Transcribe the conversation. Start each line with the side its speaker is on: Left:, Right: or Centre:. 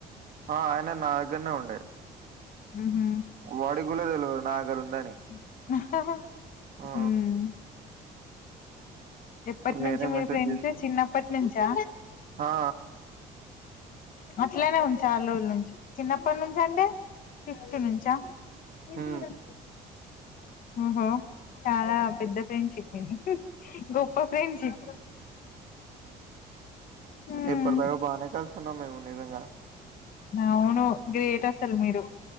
Right: ఆ ఆయన నా దగ్గర నే ఉండే
Left: ఉహు
Right: వాడి కులా తెల్వదు నా దగర ఉందని
Left: ఉమ్
Right: ఆ!
Left: ఎప్పటి
Right: నేనే
Left: నుంచి మీరు
Right: మెసేజ్
Left: ఫ్రెండ్స్
Right: జేసినా.
Left: చిన్నప్పటి నుంచా
Right: ఆ!
Left: అట్లనే ఉంచా అలుల నుంచి చిన్నప్పటి నుంచి అంటె ఫిఫ్త్ నుంచా జంతువులం
Right: హ్మ్.
Left: ఓహో చాలా పెద్ద ఫ్రెండ్షిప్ మీది గొప్ప ఫ్రెండ్షిప్ హ్మ్
Right: ఇప్పటి దాకా బాగానే కలిసున్నాం మేము నిజంగా
Left: అవును గ్రేట్ అసలు మీరు